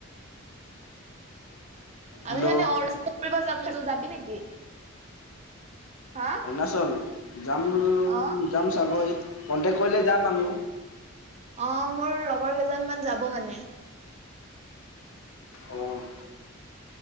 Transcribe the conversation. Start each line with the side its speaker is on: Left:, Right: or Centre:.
Left: হেল্ল'
Right: আমি মানে অৰুণাচল ফুৰিব যাম <unintelligible> যাবি নেকি। হা
Left: অৰুণাচল, যাম
Right: অ
Left: যাম চাগৈ কনটেক্ট কৰিলে যাম আমিও।
Right: অ' মোৰ লগৰ কেইজন মান যাব মানে।
Left: অ'